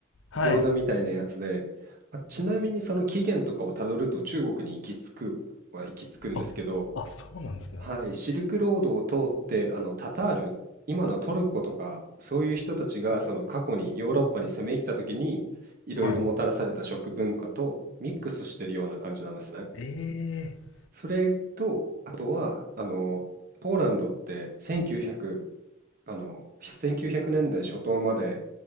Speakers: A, on the left; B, on the right.
A: はい
B: 餃子みたいなやつで、ま、ちなみにその起源とかをたどると中国に行き着くは行き着くんですけど、
A: ああそうなんですね
B: はい、シルクロードを通って、あの、タタール、今のトルコとか、そういう人たちがその過去にヨーロッパに攻め入った時に、いろいろもたらされた食文化とミックスしてるような感じなんですね。
A: はいええー
B: それと、あとは、あの、ポーランドって1900、あの、1900年代初頭まで